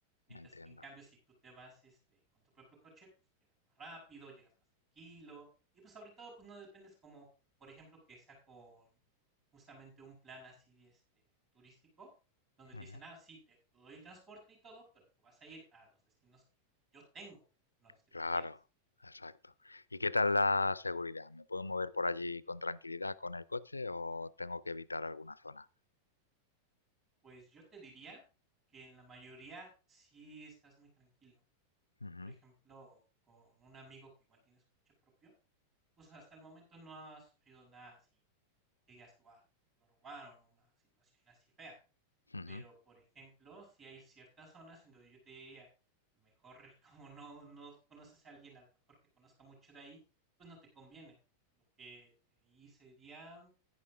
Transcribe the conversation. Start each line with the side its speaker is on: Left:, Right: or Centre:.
Right: Mientras
Left: entiendo.
Right: que en cambio, si tú te vas este, con tu propio coche, pues llegas más rápido, llegas más tranquilo. Y pues sobre todo, pues no dependes como, por ejemplo, que sea con justamente un plan así este, turístico, donde
Left: Ujú,
Right: te dicen, ah, sí, te doy el transporte y todo, pero tú vas a ir a los destinos que yo tengo, no a los que
Left: Claro,
Right: tú quieras.
Left: exacto. ¿Y qué tal la seguridad? ¿Me puedo mover por allí con tranquilidad con el coche o tengo que evitar alguna zona?
Right: Pues yo te diría que en la mayoría sí estás muy tranquilo.
Left: Ujú,
Right: Yo, por ejemplo, con un amigo que igual tiene su coche propio, pues hasta el momento no ha sufrido nada así que digas tú, "Ah, lo robaron, una situación así fea.
Left: ujú,
Right: Pero, por ejemplo, si hay ciertas zonas en donde yo te diría, mejor <laughs> como no, no conoces a alguien, a lo mejor que conozca mucho de ahí, pues no te conviene. Lo que ahí sería